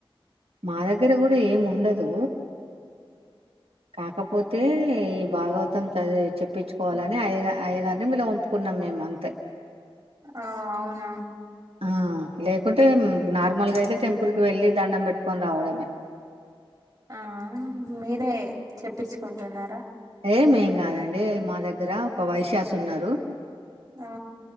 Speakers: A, on the right; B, on the right.
A: మా దగ్గర కూడా ఏమి ఉండదు కాకపోతే ఈ భాగవతం చదివి చెప్పించుకోవాలని అయ్యగ అయ్యగారిని మిళ్ళ వంపుకున్నాం మేము అంతే
B: ఔ అవునా
A: ఆ లేక లేకుంటే నార్మల్గా అయితే టెంపుల్ కి వెళ్ళి దండం పెట్టు కోనుకొని రావడమే
B: ఆ మీరే చెప్పించుకు కోంటున్నారా
A: ఎ మేం కాదండి మా దగ్గర ఒక వైశ్యాస్ ఉన్నారు
B: ఆ